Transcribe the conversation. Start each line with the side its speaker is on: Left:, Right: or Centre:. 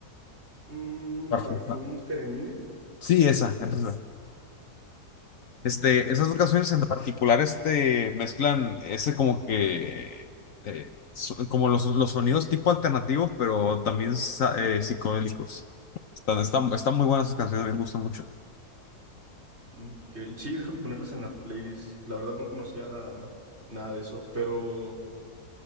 Right: Mm,
Left: Garfield,
Right: Parfum
Left: ¿no?
Right: Teremine.
Left: Sí, esa, esa
Right: Ok.
Left: Este, esas dos canciones en particular, este, mezclan ese como que, eh, so- como los, los sonidos tipo alternativo, pero también sa- eh, psicodélicos. Están, están, están muy buenas esas canciones, me gustan mucho.
Right: Ok, Sí, déjame ponerlas en la playlist. La verdad no conocía nada de eso, pero